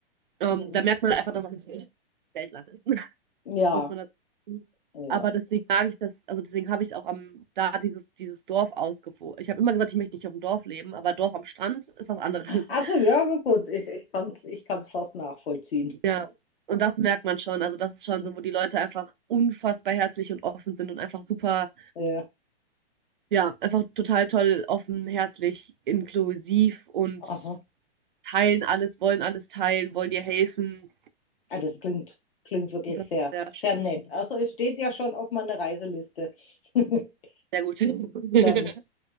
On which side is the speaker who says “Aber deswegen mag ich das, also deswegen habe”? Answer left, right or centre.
Right